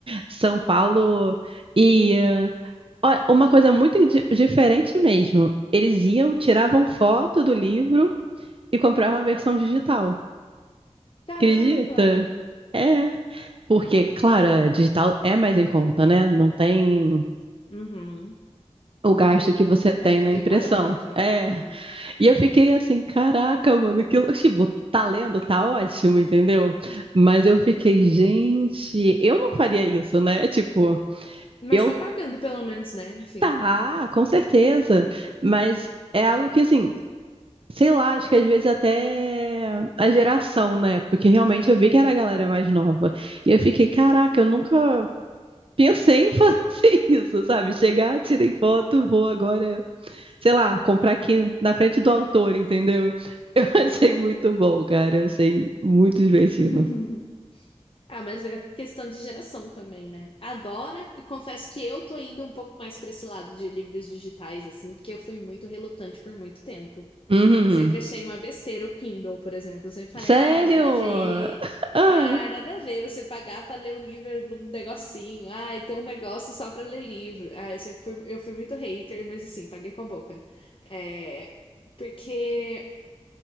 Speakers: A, on the right; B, on the left.
A: São Paulo ia, Ó, Uma coisa muito indi- diferente mesmo. Eles iam, tiravam foto do livro e compravam a versão digital.
B: Caramba!
A: Acredita? É. Porque, claro, a digital é mais em conta, né? Não tem
B: Uhum.
A: o gasto
B: Não.
A: que você tem
B: É, não
A: na
B: tem
A: impressão.
B: parâmetro.
A: É.
B: Uhum.
A: E eu fiquei assim, caraca, mano, que lou- tipo, tá lendo, tá ótimo, entendeu? Mas eu fiquei, gente, eu não faria isso, né? Tipo,
B: Mas
A: eu
B: tá pagando pelo menos, né? Enfim.
A: tá, com certeza, mas é algo que assim, Sei lá, acho que às vezes até a geração, né? Porque realmente eu vi que era a galera mais nova. E eu fiquei, caraca, eu nunca pensei em fazer <laughs> isso, sabe? Chegar, tirei foto, vou agora, sei lá, comprar aqui na frente do autor, entendeu? Eu <laughs> achei muito bom, cara. Eu achei muito divertido.
B: <laughs> Ah, mas é questão de geração também, né? Agora, eu confesso que eu tô indo um pouco mais pra esse lado de livros digitais, assim, porque eu fui muito relutante por muito tempo.
A: Uhum.
B: Sempre achei uma besteira o Kindle, por exemplo. Eu sempre falei,
A: Sério?
B: ah, nada a ver.
A: <laughs> Ah,
B: Ah, nada a ver você pagar pra ler um livro num negocinho. Ah, então um negócio só pra ler livro. Ah, eu sempre fui, eu fui muito hater, mas assim, paguei com a boca. É, porque